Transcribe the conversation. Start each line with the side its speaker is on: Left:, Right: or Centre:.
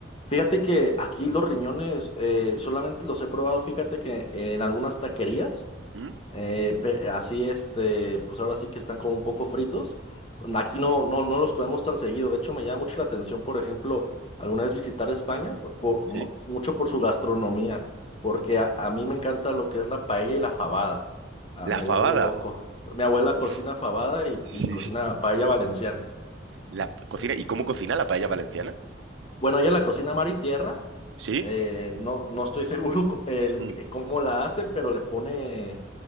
Left: Fíjate que aquí los riñones eh, solamente los he probado, fíjate que en algunas taquerías,
Right: ¿Mm?
Left: eh, pe- así este, pues ahora sí que están como un poco fritos. Aquí no, no, no los comemos tan seguido. De hecho, me llama mucho la atención, por ejemplo, alguna vez visitar España, por- por- mu-
Right: ¿Sí?
Left: mucho por su gastronomía, porque a, a mí me encanta lo que es la paella y la fabada. Ah,
Right: La
Left: me
Right: fabada.
Left: vuelve loco. Mi abuela
Right: Uf,
Left: cocina fabada y, y
Right: sí,
Left: cocina
Right: sí.
Left: paella valenciana.
Right: La p- cocina. ¿Y cómo cocina la paella valenciana?
Left: Bueno, ella la cocina mar y tierra.
Right: ¿Sí?
Left: Eh, no, no estoy seguro co- el-
Right: Mm.
Left: eh, cómo la hace, pero le pone,